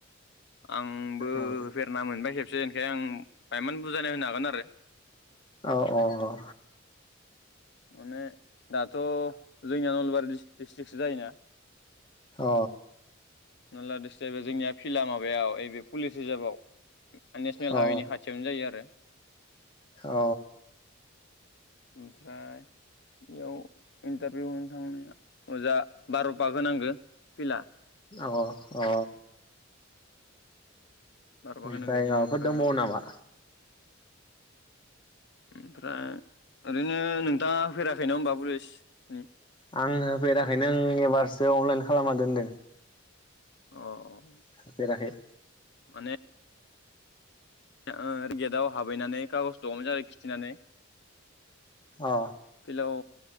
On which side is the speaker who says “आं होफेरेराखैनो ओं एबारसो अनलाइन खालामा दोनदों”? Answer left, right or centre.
Left